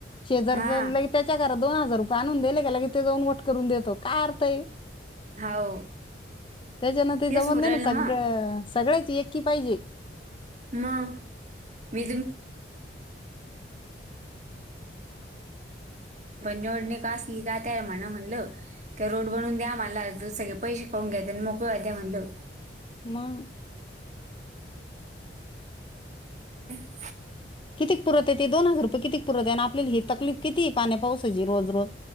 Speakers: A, on the left; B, on the right.
A: शेजारच
B: हा
A: लय त्याच्या घरात दोन हजार रुपये आणून दिले गेला की ते जाऊन वट करून देतो. काय अर्थ
B: हो
A: त्याच्यान ते
B: तेच
A: जमत
B: उरलं
A: नाही. ना सगळं
B: मग
A: अ सगळेच एकी पाहिजे.
B: म <unintelligible> पण जोडणी का असली काय त्या आहे म्हणा म्हणलं का रोड बनून द्या मला जस की, सगळे पैसे खाऊन घेतात. मोकळ घ्या म्हणलं.
A: मग
B: <unintelligible>
A: कितीक पुरत आहे. ते दोन हजार रुपये किती पुरत आहे. आणि आपल्याला हे तकलीफ किती पाण्या पाऊसाची रोज रोज,